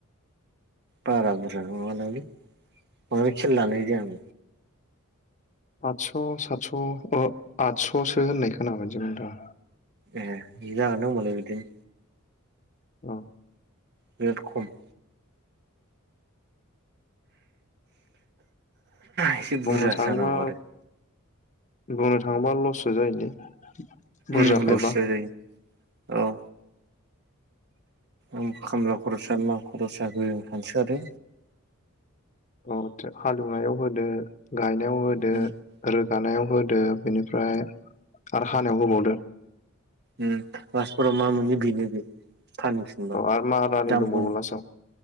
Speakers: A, on the right; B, on the left.
A: बारा बुरजा नङादांलै बांद्राय खेल लानाय जाया आं
B: आडस सतस ओ आडससो होननाय खोनाबायजोंदां
A: ए बिनो हागोनदां ओमबालाय बिदिनो
B: औ
A: बिराद खम एसे
B: बुंनो
A: बुरजा
B: थाङोबा
A: जानांगौ आरो
B: बुंनो थाङोबा लससो जायोलै बुरजाखायबा
A: उम लस जायो औ उम खामला खरसा मा खरसा गोजों थानोसै आरो
B: अ हालएवनायाव होदो गायनायाव होदो
A: आरो
B: रोगानायाव होदो बेनिफ्राय आरो हानायाव होबावदो
A: उम बासपुराव मा मोनो बिनो बे फाननोफिनबा
B: औ आरो मारानि
A: दामखौनो
B: दंबावो लास्टाव